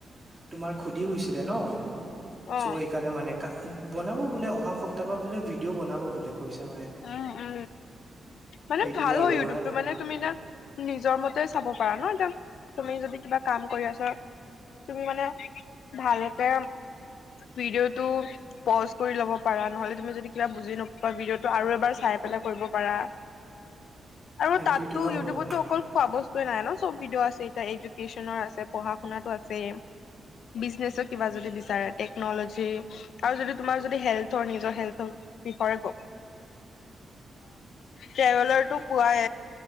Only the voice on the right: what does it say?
তোমাৰ খুধি হৈছিলে ন
চ' সেইকাৰণে মানে বনাব বোলে অহা সপ্তাহ বা বোলে ভিডিঅ' বনাব বোলে। কৈছে মায়ে
সেইটোয়ে
আৰু
মায়ে
সেইটোয়েতো
ন
মানে